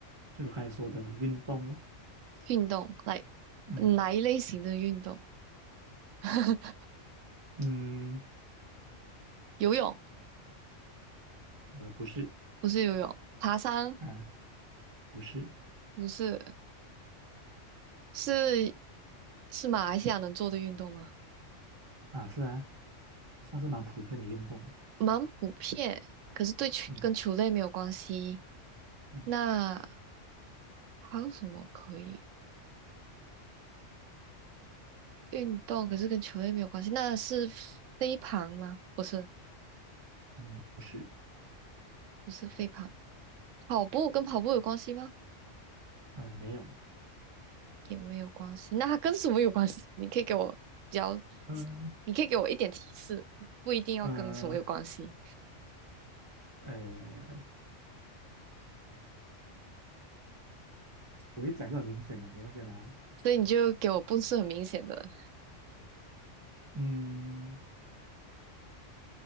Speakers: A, on the right; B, on the right.
A: 就是刚才说的运动咯，
B: 运动，来，
A: 嗯
B: 哪一类型的运动？<laughs>
A: 嗯，
B: 游泳
A: 呃，不是。
B: 不是游泳，爬山
A: 啊，不是
B: 不是，是是马来西亚能做的运动吗？
A: 啊，是啊，算是蛮普遍的运动。
B: 蛮普遍，可是对球跟球类没有关系。
A: 嗯嗯
B: 那还有什么可以？运动，可是跟球类没有关系，那是飞盘吗？不是，
A: 嗯，不是，
B: 不是飞盘，跑步跟跑步有关系吗？
A: 呃，没有，
B: 也没有关系，那它跟什么有关系？你可以给我比较，
A: 嗯
B: 你可以给我一点提示，不一定要跟什么有关系，
A: 呃呃，我一讲就很明显的，等一下先啊，
B: 所以你就给我不是很明显的，
A: 嗯，